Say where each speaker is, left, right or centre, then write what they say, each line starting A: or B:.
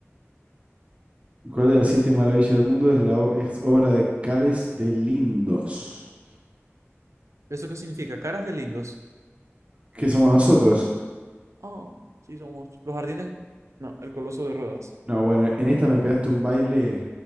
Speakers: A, on the right; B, on the right.
A: ¿Cuál de las siete maravillas del mundo es la o- es obra de Cares de Lindos?
B: ¿Eso qué significa? Caras de lindos.
A: ¿Qué somos nosotros?
B: Oh, sí somos. Los jardines. No, el Coloso de Rodas.
A: No, bueno, en esta me pegaste un baile.